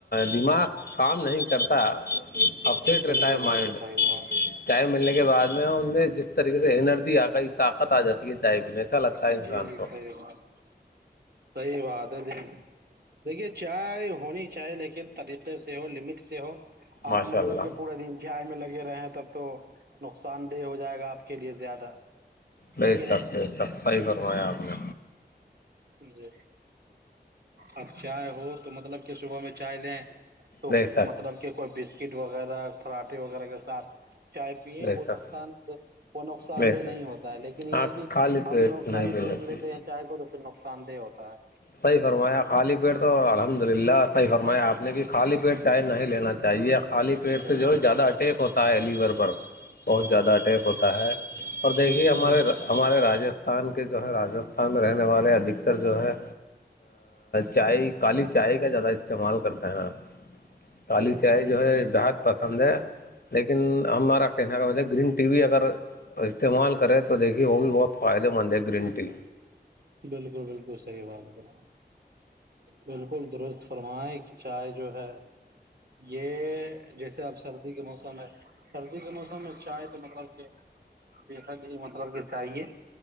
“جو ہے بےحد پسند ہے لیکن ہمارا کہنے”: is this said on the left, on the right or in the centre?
Left